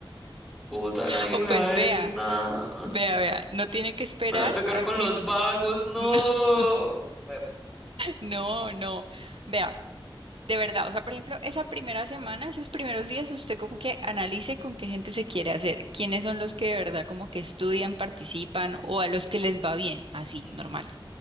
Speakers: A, in the centre; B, on the right.
A: Puta,
B: <laughs>
A: nadie
B: O
A: me
B: pues
A: va a decir
B: vea,
A: nada.
B: vea, vea, no tiene que esperar
A: Me va a tocar
B: a
A: con
B: que...
A: los vagos, no.
B: <laughs> No, no. no. Vea. De verdad, o sea, por ejemplo, esa primera semana, esos primeros días, usted como que analice con qué gente se quiere hacer, quiénes son los que de verdad como que estudian, participan o a los que les va bien, así,
A: Mm,
B: normal.